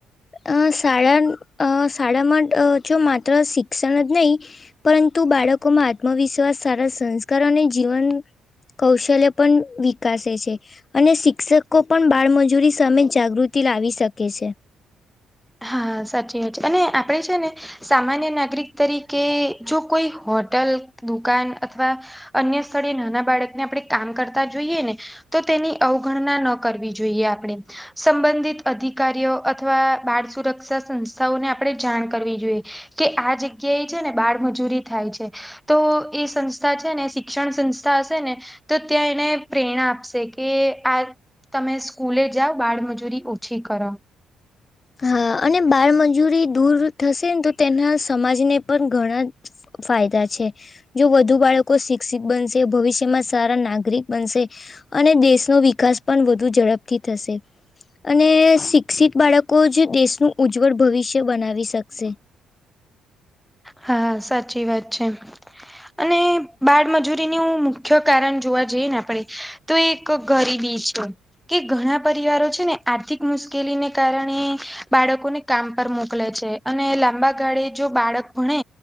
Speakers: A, on the left; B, in the centre.
A: અ શાળા શાળામાં છ માત્ર શિક્ષણ જ નહીં પરંતુ બાળકોમાં આત્મવિશ્વાસ સારા સંસ્કાર અને જીવન કૌશલ્ય પણ વિકાસે છે અને શિક્ષકો પણ બાળમજૂરી સામે જાગૃતિ લાવી શકે છે.
B: હા સાચી વાત છે અને આપડે છે ને સામાન્ય નાગરિક તરીકે જો કોઈ હોટલ દુકાન અથવા અન્ય સ્થળે નાના બાળકને આપણે કામ કરતા જોઈએ ને- તો તેની અવગણના ન કરવી જોઈએ આપણે. સંબંધિત અધિકારીઓ અથવા બાળ સુરક્ષા સંસ્થાઓને આપણે જાણ કરવી જોઈએ. કે આ જગ્યા એ છે ને બાળમજૂરી થાય છે. તો એ સંસ્થા છે ને શિક્ષણ સંસ્થા હશે ને તો ત્યાં એને પ્રેરણા આપશે કે આ તમે સ્કૂલે જાવ બાળમજૂરી ઓછી કરો.
A: હા અને બાળમજૂરી દૂર થશે ન તો તેના સમાજને પણ ઘણા જ ફાયદા છે. જો વધુ બાળકો શિક્ષિત બનશે ભવિષ્યમાં સારા નાગરિક બનશે. અને દેશનો વિકાસ પણ વધુ ઝડપથી થશે અને શિક્ષિત બાળક કો જ દેશનું ઉજ્જવળ ભવિષ્ય બનાવી શકશે.
B: હા સાચી વાત છે. અને બાળમજૂરીની ઉં મુખ્ય કારન જોવા જઈએ ને આપણેે તો એક ગરીબી છે. કે ઘણા પરિવારો છે ને આર્થિક મુશ્કેલીને કારણે બાળકોને કામ પર મોકલે છે અને લાંબા ગાળે જો બાળક ભણે